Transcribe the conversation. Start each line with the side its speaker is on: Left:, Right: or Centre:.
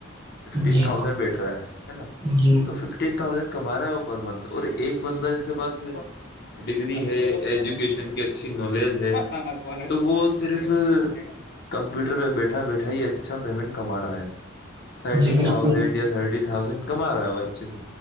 Left: ففٹین
Right: جی
Left: تھازینڈ بیٹ رہا ہے نا
Right: جی
Left: تو ففٹین تھازینڈ کما رہا ہے وہ پر منتھ اور ایک بندہ اس کے پاس ڈگری ہے ایجوکیشن کی اچھی نالج ہے تو وہ صرف کمپیوٹر پہ بیٹھا بیٹھا ہی اچھا پیمنٹ کما رہا ہے تھرٹین
Right: جی بالکل
Left: تھاؤزینڈ یا تھرٹی تھاؤزینڈ کما رہا ہے وہ اچھے سے